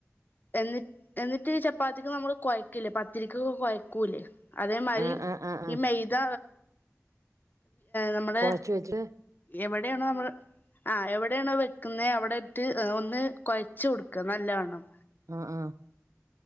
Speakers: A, on the left; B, on the right.
A: എന്നി എന്നിട്ട് ചപ്പാത്തിക്ക് നമ്മള് കൊഴക്കില്ലേ പത്തിരിയ്ക്ക്ക്കെ കൊയക്കൂല്ലേ അതേ മാതിരി
B: ആഹ് ആഹ് ആഹ് ആഹ്
A: ഈ മെയ്ത നമ്മള്
B: കൊഴച്ച് വെച്ചിട്ട്
A: എവിടെണോ നമ്മള് ആ എവിടെയാണോ വെക്കുന്നേ അവിടെട്ട് ഒന്ന് കൊയച്ച് കൊടുക്ക നല്ലവണ്ണം
B: ആ ആ